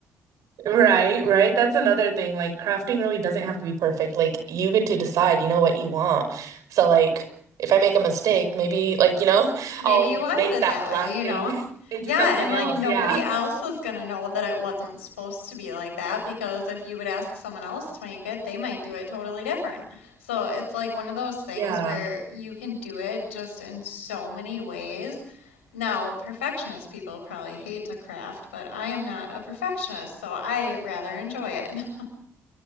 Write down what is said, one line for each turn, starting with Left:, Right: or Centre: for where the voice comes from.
Right: Right, right. That's another thing. Like crafting really doesn't have to be perfect. Like you get to decide, you know, what you want. So like if I make a mistake, maybe like, you know, <laughs>
Left: Maybe
Right: I'll
Left: you wanted
Right: make
Left: it
Right: that
Left: that
Right: black
Left: way, you
Right: thing
Left: know?
Right: <laughs> into
Left: Yeah,
Right: something
Left: and like
Right: else.
Left: nobody
Right: Yeah.
Left: else was gonna know that it wasn't supposed to be like that because if you would ask someone else to make it, they might do it totally different. So it's like one of those things
Right: Yeah.
Left: where
Right: <laughs>
Left: you can do it just in so many ways. Now, perfectionist people probably hate to craft, but I am not a perfectionist, so I rather enjoy it. <laughs>